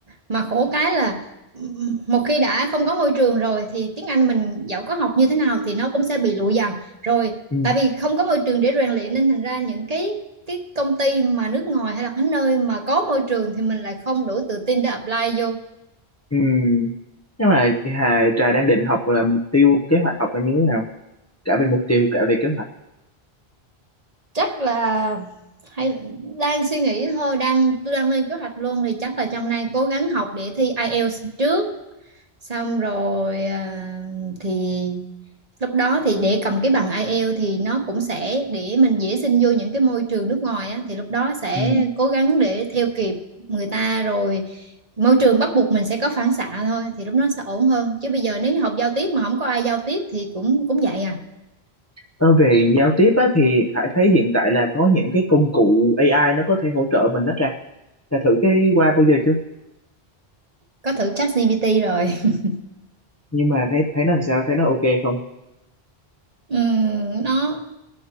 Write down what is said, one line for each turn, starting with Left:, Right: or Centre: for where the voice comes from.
Right: mà khổ cái là ừ, ừ, một khi đã không có môi trường rồi thì tiếng Anh mình dẫu có học như thế nào thì nó cũng sẽ bị lụi dần rồi
Left: ừ.
Right: tại vì không có môi trường để rèn luyện nên thành ra những cái cái công ty mà nước ngoài hay là cái nơi mà có môi trường thì mình lại không đủ tự tin để apply vô
Left: Ừ. nhưng mà Hà trà đang định học là mục tiêu kế hoạch học là như thế nào cả về mục tiêu cả về kế hoạch
Right: chắc là hay đang suy nghĩ thôi đang tôi đang lên kế hoạch luôn thì chắc là trong nay cố gắng học để thi IELTS trước xong rồi à, thì Lúc đó thì để cầm cái bằng IELTS thì nó cũng sẽ để mình dễ xin vô những cái môi trường nước ngoài á, thì lúc đó sẽ
Left: ừ.
Right: cố gắng để theo kịp người ta rồi môi trường bắt buộc mình sẽ có phản xạ thôi thì lúc đó sẽ ổn hơn chứ bây giờ nếu như học giao tiếp mà không có ai giao tiếp thì cũng cũng vậy à
Left: Ờ, về giao tiếp á, thì Hải thấy hiện tại là có những cái công cụ AI nó có thể hỗ trợ mình đó ra. Đã thử cái qua bao giờ chưa?
Right: có thử ChatGPT rồi <laughs>
Left: Nhưng mà thấy thấy nó làm sao? Thấy nó ok không?
Right: Ừm, nó